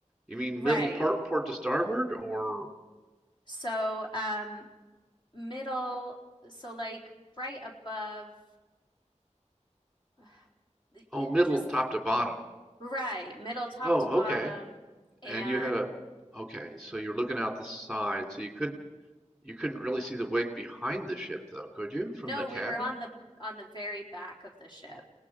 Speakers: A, in the centre; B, on the left (about 40°).
A: You mean
B: Right.
A: middle port, port to starboard, or
B: So um middle so like right above <sighs> the
A: oh,
B: eh,
A: middle,
B: just
A: top to bottom?
B: right, middle top
A: Oh,
B: to bottom
A: okay.
B: and
A: And you had a, okay, so you're looking out the side, so you could you couldn't really see the wake behind the ship though, could you, from
B: no,
A: the cabin?
B: we were on the on the very back of the ship.